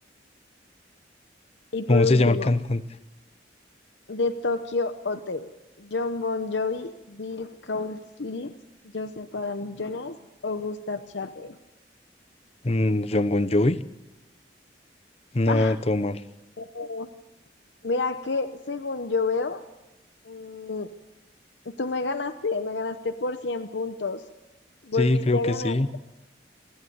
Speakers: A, on the left; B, on the left.
A: y
B: ¿Cómo
A: por último,
B: se llama el cantante?
A: de Tokyo Hotel. John Bon Jovi, Bill Cowlitz, Joseph Adam Jonas o Gustav Schaffer.
B: Mm, John Bon Jovi. No,
A: Ah,
B: todo mal.
A: oh, mira que según yo veo, mm, tú me ganaste, me ganaste por 100 puntos. Volviste
B: Sí, creo que
A: a ganar.
B: sí.